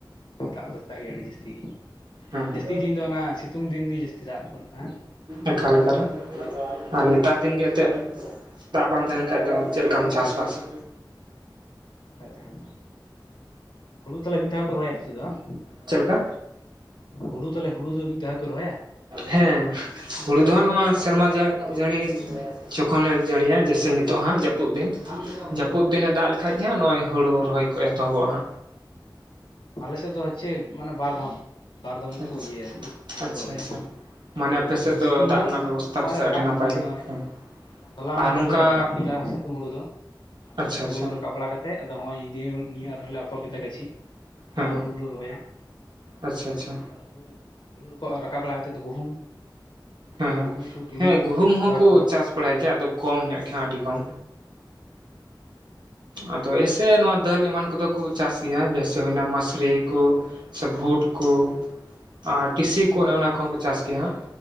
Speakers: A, on the left (about 70°); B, on the right (about 65°).
A: ᱫᱟᱜ ᱠᱷᱚᱨᱪᱟᱜ ᱜᱮᱭᱟ ᱟᱹᱰᱤ ᱡᱟᱹᱥᱛᱤ ᱜᱮ
B: ᱦᱩᱸ ᱦᱩᱸ
A: ᱡᱟᱹᱥᱛᱤ ᱫᱤᱱ ᱫᱚ ᱚᱱᱟ ᱥᱤᱛᱩᱝ ᱫᱤᱱ ᱜᱮ ᱡᱟᱹᱥᱛᱤ ᱫᱟᱜ ᱠᱷᱚᱨᱪᱟ ᱠᱚ ᱟ
B: ᱮᱠᱟᱮᱠᱟᱨᱮ ᱟᱨ ᱱᱮᱛᱟᱨ ᱫᱤᱱ ᱜᱮ ᱮᱱᱛᱮᱫ ᱫᱟᱜ ᱵᱟᱝ ᱛᱟᱦᱮᱱ ᱠᱷᱟᱡ ᱫᱚ ᱪᱮᱫ ᱞᱮᱠᱟᱢ ᱪᱟᱥ ᱵᱟᱟᱥᱟ
A: ᱦᱳᱭᱛᱚ ᱦᱳᱭᱛᱚ ᱦᱩᱲᱩ ᱛᱟᱦᱚᱞᱮ ᱢᱤᱫ ᱫᱷᱟᱣ ᱠᱚ ᱨᱚᱦᱚᱭᱟ ᱟᱯᱮᱥᱮ ᱫᱚ ᱵᱟᱝ
B: ᱪᱮᱫᱮ ᱞᱮᱠᱟ
A: ᱦᱩᱲᱩ ᱛᱟᱦᱚᱞᱮ ᱦᱩᱲᱩ ᱫᱚ ᱢᱤᱫ ᱫᱷᱟᱣ ᱠᱚ ᱨᱚᱦᱚᱭᱟ
B: ᱦᱮᱸ ᱦᱩᱲᱩ ᱫᱚ ᱦᱟᱸᱜ ᱱᱚᱣᱟ ᱥᱮᱨᱢᱟ ᱡᱟᱹᱲᱤ ᱡᱚᱠᱷᱚᱱᱮ ᱡᱟᱹᱲᱤᱭᱟ ᱡᱮᱭᱥᱮ ᱱᱤᱛᱚᱜ ᱦᱟᱸᱜ ᱡᱟᱹᱯᱩᱫ ᱫᱤᱱ ᱡᱟᱹᱯᱩᱫ ᱫᱤᱱᱮ ᱫᱟᱜ ᱞᱮᱠᱷᱟᱡ ᱜᱮ ᱦᱟᱸᱜᱼᱚᱭ ᱦᱩᱲᱩ ᱨᱚᱦᱚᱭ ᱮᱛᱚᱦᱚᱵᱚᱜ ᱦᱟᱸᱜ
A: ᱟᱞᱮᱮᱥᱮᱫ ᱫᱚ ᱦᱚᱪᱪᱮ ᱢᱟᱱᱮ ᱵᱟᱨ ᱫᱷᱚᱢ ᱵᱟᱨ ᱫᱷᱚᱢ ᱠᱚ
B: ᱟᱪᱪᱷᱟ
A: ᱤᱭᱟᱹᱭᱟ ᱟᱨᱠᱤ ᱦᱩᱲᱩ
B: ᱟᱪᱪᱷᱟ
A: ᱠᱚ ᱨᱚᱦᱚᱭᱟ
B: ᱟᱪᱪᱷᱟ ᱢᱟᱱᱮ ᱟᱯᱮ ᱥᱮᱫ ᱫᱚ
A: ᱥᱤᱛᱩᱝ
B: ᱫᱟᱜ
A: ᱦᱩᱲᱩ
B: ᱨᱮᱱᱟᱜ
A: ᱥᱤᱛᱩᱝ
B: ᱵᱮᱵᱚᱥᱛᱷᱟ
A: ᱦᱩᱲᱩ ᱦ
B: ᱯᱟᱥᱮᱡ
A: ᱨᱟᱠᱟᱵ
B: ᱟᱹᱰᱤ ᱱᱟᱯᱟᱭ
A: ᱦᱭ
B: ᱜᱮ
A: ᱦᱭ
B: ᱦᱮᱸ
A: ᱦᱚᱞᱟ ᱢᱫᱮᱨ
B: ᱟᱨ ᱱᱚᱝᱠᱟ
A: ᱨᱮ ᱞᱮ ᱨᱟᱠᱟᱵ ᱠᱮᱫᱟ ᱥᱤᱛᱩᱝ ᱦᱩᱲᱩ ᱫᱚ
B: ᱟᱪᱪᱷᱟ
A: ᱥᱤᱛᱩᱝ
B: ᱟᱪᱪᱷᱟ
A: ᱦᱩᱲᱩ ᱨᱟᱠᱟᱵ ᱵᱟᱲᱟ ᱠᱟᱛᱮᱮᱫ ᱦᱮᱸ ᱟᱫᱚ ᱦᱚᱸᱜᱼᱚᱭ ᱱᱤᱭᱟᱹ ᱟᱨᱞᱮ ᱟᱯᱷᱚᱨ ᱠᱮᱫᱟ ᱜᱟᱟᱹᱪᱷᱤ
B: ᱦᱮᱸ
A: ᱟᱨ
B: ᱦᱮᱸ
A: ᱦᱩᱲᱩᱩ ᱨᱚᱦᱚᱭᱟ
B: ᱟᱪᱪᱷᱟ ᱟᱪᱪᱷᱟ
A: ᱟᱫᱚ ᱦᱩᱲᱩ ᱨ ᱦᱩᱲᱩ ᱨᱠᱚ ᱨᱟᱠᱟᱵ ᱵᱟᱲᱟ ᱠᱟᱛᱮᱫ ᱫᱚ ᱜᱩᱦᱩᱢ
B: ᱦᱮᱸ ᱦᱮᱸ
A: ᱜᱩᱦᱩᱢ ᱠᱚ ᱛᱩᱲᱤ
B: ᱦᱮᱸ
A: ᱠᱚ
B: ᱜᱩᱦᱩᱢ
A: ᱡᱚᱱᱰᱨᱟ
B: ᱦᱚᱸᱠᱚ
A: ᱠᱚ
B: ᱪᱟᱥ ᱵᱟᱲᱟᱭ ᱜᱮᱭᱟ ᱟᱫᱚ ᱠᱚᱢ ᱧᱚᱜ ᱜᱮ ᱟᱹᱰᱤ ᱠᱚᱢ
A: ᱦᱮᱸ
B: ᱟᱫᱚ ᱮᱮᱭᱥᱮ ᱱᱚᱣᱟ ᱫᱟᱹᱞ ᱮᱢᱟᱱ ᱠᱚᱫᱚ ᱠᱚ ᱪᱟᱥ ᱜᱮᱭᱟ ᱡᱮᱭᱥᱮ ᱦᱩᱭᱱᱟ ᱢᱟᱥᱨᱤ ᱠᱚ ᱥᱮ ᱵᱷᱩᱴ ᱠᱚ ᱟᱨ ᱴᱤᱥᱤ ᱠᱚ ᱚᱱᱮ ᱚᱱᱟ ᱠᱚᱦᱚᱸ ᱠᱚ ᱪᱟᱥ ᱜᱮᱭᱟ ᱦᱟᱸᱜ